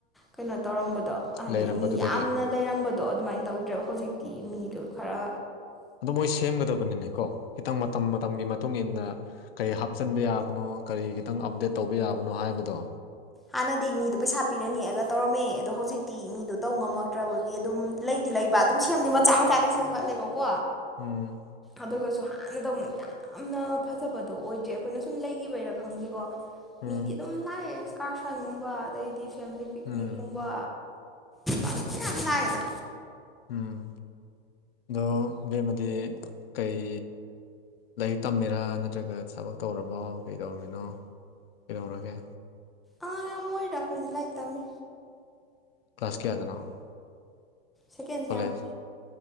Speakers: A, in the centre; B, on the left.
A: ꯀꯩꯅꯣ ꯇꯧꯔꯝꯕꯗꯣ ꯍꯥꯏꯗꯤ
B: ꯂꯩꯔꯝꯕꯗꯨꯗꯒꯤ
A: ꯃꯤ ꯌꯥꯝꯅ ꯂꯩꯔꯝꯕꯗꯣ ꯑꯗꯨꯃꯥꯏꯅ ꯇꯧꯗ꯭ꯔꯦꯕ ꯍꯧꯖꯤꯛꯇꯤ ꯃꯤꯗꯣ ꯈꯔ
B: ꯑꯗꯣ ꯃꯣꯏ ꯁꯦꯝꯒꯗꯕꯅꯤꯅꯦꯀꯣ ꯈꯤꯇꯪ ꯃꯇꯝ ꯃꯇꯝꯒꯤ ꯃꯇꯨꯡ ꯏꯟ ꯅ ꯀꯔꯤ ꯍꯥꯞꯆꯤꯟꯕ ꯌꯥꯕꯅꯣ ꯀꯔꯤ ꯈꯤꯇꯪ ꯑꯞꯗꯦꯠ ꯇꯧꯕ ꯌꯥꯕꯅꯣ ꯍꯥꯏꯕꯗꯣ
A: ꯍꯥꯟꯅ ꯃꯤꯗꯨ ꯄꯩꯁ ꯄꯤꯔ ꯅꯦꯛ ꯑꯒ ꯇꯧꯔꯝꯃꯦ ꯑꯗꯣ ꯍꯧꯖꯤꯛꯇꯤ ꯃꯤꯗꯣ ꯇꯧ ꯉꯝꯃꯛꯇ꯭ꯔꯕꯒꯤ ꯑꯗꯨꯝ ꯂꯩꯗꯤ ꯂꯩꯕ ꯑꯗꯨꯝ ꯁꯦꯝꯗꯤ ꯃꯆꯥ ꯃꯆꯥꯗꯤ ꯁꯦꯝꯒꯠꯂꯦꯕꯀꯣ
B: ꯎꯝ
A: ꯑꯗꯨꯒꯁꯨ ꯍꯥꯟꯅꯗꯧꯅ ꯌꯥꯝꯅ ꯐꯖꯕꯗꯣ ꯑꯣꯏꯗ꯭ꯔꯦ ꯑꯩꯈꯣꯏꯅ ꯁꯨꯝ ꯂꯩꯈꯤꯕꯩꯔꯥ ꯈꯪꯗꯦꯀꯣ ꯃꯤꯗꯤ
B: ꯎꯝ
A: ꯑꯗꯨꯝ ꯂꯥꯛꯑꯦ ꯑꯦꯛꯁꯀꯔꯁꯟꯒꯨꯝꯕ ꯑꯗꯩꯗꯤ ꯐꯦꯃꯤꯂꯤ ꯄꯤꯛꯅꯤꯛꯀꯨꯝꯕ
B: ꯎꯝ
A: <unintelligible> ꯗ
B: ꯎꯝ ꯑꯗꯣ ꯕꯦꯝꯃꯗꯤ ꯀꯩ ꯂꯥꯏꯔꯤꯛ ꯇꯝꯃꯤꯔꯥ ꯅꯠꯇ꯭ꯔꯒ ꯊꯕꯛ ꯇꯧꯔꯕꯣ ꯀꯩꯗꯧꯔꯝꯃꯤꯅꯣ ꯀꯩꯗꯧꯔꯒꯦ
A: ꯑꯉꯥꯡ ꯌꯥꯝ ꯑꯣꯏꯔꯤꯗꯥ ꯑꯩꯈꯣꯏꯗꯤ ꯂꯥꯏꯔꯤꯛ ꯇꯝꯃꯤ
B: ꯀ꯭ꯂꯥꯁ ꯀꯌꯥꯗꯅꯣ
A: ꯁꯦꯀꯦꯟ ꯁꯦꯝ
B: ꯀꯣꯂꯦꯖ